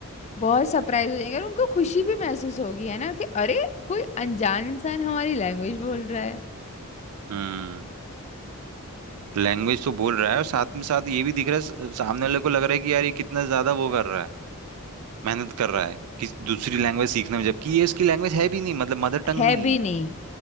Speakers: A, on the left; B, on the right.
A: बहुत सरप्राइज हो जाएंगे और उनको खुशी भी महसूस होगी है ना कि अरे कोई अनजान इंसान हमारी लैंग्वेज बोल रहा है
B: हम्म लैंग्वेज तो बोल रहा है और साथ में साथ ये भी दिख रहा है स- सामने वाले को लग रहा है कि यार ये कितना ज्यादा वो कर रहा है मेहनत कर रहा है कि दूसरी लैंग्वेज सीखने में जबकि ये इसकी लैंग्वेज है भी नहीं मतलब मदर टंग
A: है
B: नहीं
A: भी
B: है
A: नहीं